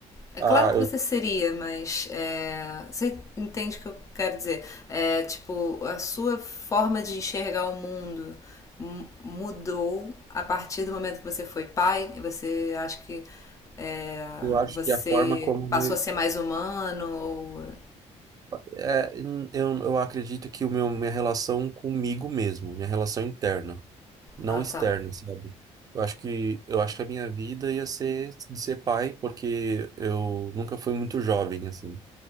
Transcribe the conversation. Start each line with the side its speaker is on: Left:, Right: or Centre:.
Left: É
Right: ah,
Left: claro que
Right: eu,
Left: você seria, mas é, você entende o que eu quero dizer? É, tipo, a sua forma de enxergar o mundo mudou a partir do momento que você foi pai, e você acha que é,
Right: eu acho
Left: você
Right: que a forma como
Left: passou
Right: eu,
Left: a ser mais humano ou...
Right: é, eu, eu acredito que o meu, minha relação comigo mesmo, minha relação interna não
Left: Ah,
Right: externo,
Left: tá.
Right: sabe? Eu acho que eu acho que a minha vida ia ser de ser pai, porque eu nunca fui muito jovem assim.